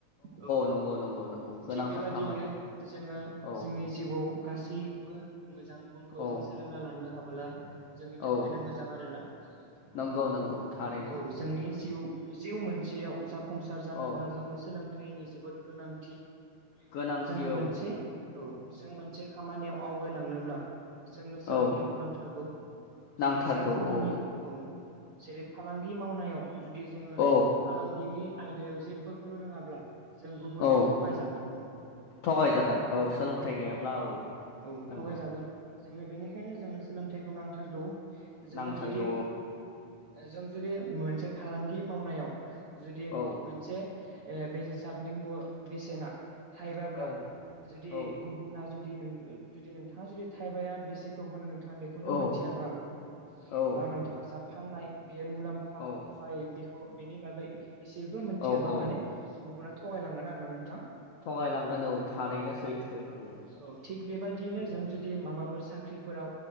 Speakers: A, on the right; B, on the left.
A: औ।
B: नंगौ नंगौ नंगौ गोनांथार
A: थिग बेबादियैनो
B: खामानि
A: जोङो
B: औ
A: जोंनि जिउआव गासैबो मोजां गुनखौ
B: औ
A: जों सोलोंना लानो हाबोला जोंनि थाखायनो
B: औ
A: मोजां आरो ना
B: नंगौ
A: औ
B: नंगौ थारैनो
A: औ जोंनि जिउ जिउ मोनसेयाव जाफुंसार जानोब्ला
B: औ
A: जोंनो सोलोंथाइनि जोबोद गोनांथि
B: गोनांथि
A: जों मोनसे
B: औ।
A: औ जों मोनसे खामानियाव आवगायलांनोब्ला जोंनो सोलोंथाइखौ
B: औ
A: नांथारगौ
B: नांथारगौ
A: जों जा खामानि
B: औ
A: औ जेरै फालांगि मावनायाव जुदि जोङो
B: औ
A: फालांगिनि आयदायाव जेबोखौनो रोङाब्ला जों गुबुनजों
B: औ
A: थगायजागोन
B: थगायजागोन औ सोलोंथाइ गैयाब्ला
A: औ थगायजागोन
B: नंगौ
A: जोंनो बेनिखायनो जोंनो सोलोंथाइखौ नांथारगौ जोङो
B: नांथारगौ
A: जुदि जों जुदि मोनसे फालांगि मावनायाव जुदि
B: औ
A: मोनसे बेसादनि मुव बेसेना थाइबाब्ला
B: औ
A: जुदि
B: औ
A: गुबुना जुदि नों जुदि नोंथाङा जुदि थाइबाया बेसेखौ होनो नोंथाङा बेखौनो
B: औ
A: मोनथियाब्ला
B: औ
A: बा नोंथाङा जा फाननाय बे मुलाम्फा
B: औ
A: खौहाय बेखौ बेनि बागै एसेबो मोनथियाबा
B: औ औ
A: माने गुबुना थगायलांगोन आरो ना नोंथां।
B: थगायलांगोन औ थारैनो सैथो औ।
A: औ थिग बेबायदियैनो
B: नंगौ
A: जों जुदि माबाफोर साख्रिफोराव